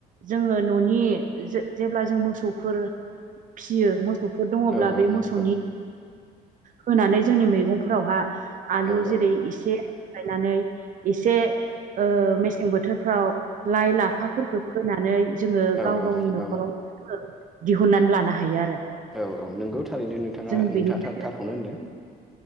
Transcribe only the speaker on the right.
जोङो न'नि जेब्ला जों मोसौफोर फियो मोसौफोर दङब्ला
बे मोसौनि
होनानै जोंनि मैगंफोरावहा आलु
जेरै -एसे गायनानै एसे ओ मेसें बोथोरफ्राव लाइ लाफा फोरख फोनानै जोङो
गाव गावनि
न'खराव दिहुननानै लानो हायो आरो
।जों
बेनिफ्राय
<inaudible>